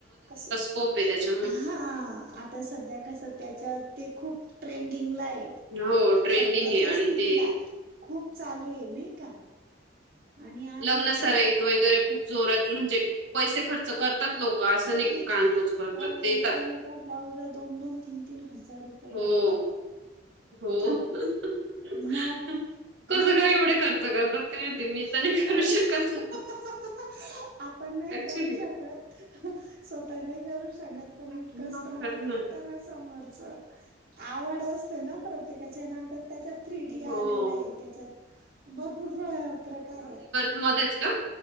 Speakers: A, on the right (about 50°); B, on the right (about 70°).
A: कस
B: कोप य त्याच
A: हा. आता सध्या कस त्याच्यात ते खूप ट्रेंडिंगलाय.
B: हो ट्रेंडिंग
A: सध्याच्या
B: आहे आणि
A: स्थितीला,
B: ते
A: खूप चालूय नई का? आणि आहे
B: लग्न सराईत
A: त्या
B: वगैरे खूप जोरात म्हणजे पैसे खर्च करतात लोकं असं नाही
A: आहेच
B: की कानकुच करतात,
A: आवो
B: देतात.
A: एका एका ब्लाऊज ला दोन दोन तीन तीन हजार रुपये
B: हो.
A: लागतात.
B: हो.
A: त्याला
B: <unintelligible> कसं
A: मग? मा
B: काय एवढे खर्च करतात काय माहिती मी
A: <unintelligible>
B: तर नाही करू शकत
A: आपण नाही
B: ऍक्च्युली
A: करू शकत, स्वतः नाही करू शक शकत
B: खरंच
A: पण, कस्टमर
B: ना.
A: करताना समोरच आवड असते ना. प्रत्येकाच्या ना आता त्याच्यात थ्री डी
B: हो.
A: आलेलं आहे, त्याच्यात भरपूर प्रकार आहेत.
B: मध्येचं का?